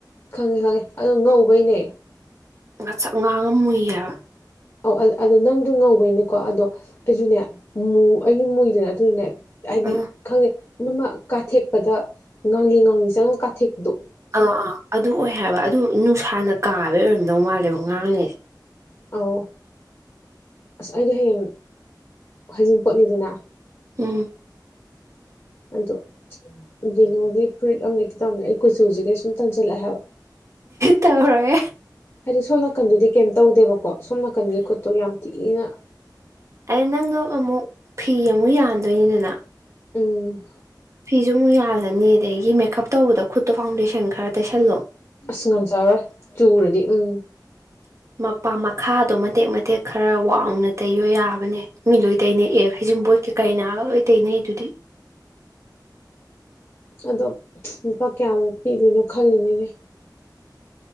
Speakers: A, on the left (about 45°); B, on the right (about 40°).
A: ꯈꯪꯉꯦ ꯈꯪꯉꯦ ꯑꯣ ꯉꯧꯕꯩꯅꯦ
B: ꯆ ꯉꯥꯡ ꯑꯃ ꯃꯨꯏꯌꯦꯕ
A: ꯑꯧ ꯑꯗꯣ ꯅꯪꯗꯣ ꯉꯧꯕꯩꯅꯤꯀꯣ ꯑꯗꯣ ꯑꯩꯁꯨꯅꯦ ꯑꯩꯁꯨ ꯃꯨꯏꯗꯣꯏꯅꯦ ꯑꯗꯨꯅꯅꯦ ꯍꯥꯏꯗꯤ
B: ꯎꯝ
A: ꯈꯪꯗꯦ ꯃꯃ ꯀꯥꯊꯦꯛꯄꯗ ꯉꯥꯡꯂꯤ ꯉꯥꯡꯂꯤ ꯆꯪꯉꯒ ꯀꯥꯊꯦꯛ
B: ꯑꯥ ꯑꯥ ꯑꯗꯨ ꯑꯣꯏ ꯍꯥꯏꯕ ꯑꯗꯨ ꯅꯨꯡꯁꯥꯅ ꯀꯥꯔꯦ ꯍꯣꯏ ꯑꯣꯏꯔꯝꯗꯧ ꯃꯥꯜꯂꯦꯕꯣ ꯉꯥꯡꯉꯦ
A: ꯑꯧ ꯑꯁ ꯑꯩꯗꯤ ꯍꯌꯦꯡ ꯍꯖꯤꯡꯄꯣꯠꯅꯤꯗꯅ
B: ꯎꯝ
A: ꯑꯗꯣ ꯌꯦꯂꯣꯒꯤ ꯐ꯭ꯔꯨꯏꯠ ꯑꯅꯦ ꯈꯤꯇꯪꯅꯦ ꯑꯩ ꯀꯨꯆꯨꯁꯤꯒꯩ ꯁꯨꯝ ꯇꯟꯁꯤꯜꯂꯛꯑꯦ ꯍꯥꯏꯕ
B: ꯇꯧꯔꯦ
A: ꯍꯥꯏꯗꯤ ꯁꯣꯝ ꯅꯥꯀꯟꯗꯨꯗꯤ ꯀꯩꯝ ꯇꯧꯗꯦꯕ ꯀꯣ ꯁꯨꯝꯅꯥꯀꯟꯗꯤ ꯈꯨꯠꯇꯣ ꯌꯥꯝ ꯊꯤꯅ
B: ꯑꯩ ꯅꯪꯅ ꯑꯃꯨꯛ ꯐꯤ ꯑꯃꯨꯛ ꯌꯥꯟꯗꯣꯏꯅꯤꯗꯅ
A: ꯎꯝ
B: ꯐꯤꯁꯨ ꯑꯃꯨꯛ ꯌꯥꯖꯅꯤ ꯑꯗꯒꯤ ꯃꯦꯀꯞ ꯇꯧꯕꯗꯣ ꯈꯨꯠꯇꯣ ꯐꯥꯎꯟꯗꯦꯁꯟ ꯈꯔ ꯇꯩꯁꯜꯂꯣ
A: ꯑꯁ ꯉꯝ ꯆꯔꯣꯏ ꯆꯨꯔꯗꯤ ꯎꯝ
B: ꯃꯄꯥ ꯃꯈꯥꯗꯣ ꯃꯇꯦꯛ ꯃꯇꯦꯛ ꯈꯔ ꯋꯥꯡꯅ ꯇꯩꯌꯣ ꯌꯥꯕꯅꯦ ꯃꯤ ꯂꯣꯏ ꯇꯩꯅꯩꯑ ꯍꯩꯖꯤꯡꯕꯣꯠꯀꯤ ꯀꯩꯅꯥꯒ ꯂꯣꯏ ꯇꯩꯅꯩ ꯑꯗꯨꯗꯤ
A: ꯑꯗꯣ ꯂꯨꯄꯥ ꯀꯌꯥꯃꯨꯛ ꯄꯤꯗꯣꯏꯅꯣ ꯈꯜꯂꯤꯅꯤꯅꯦ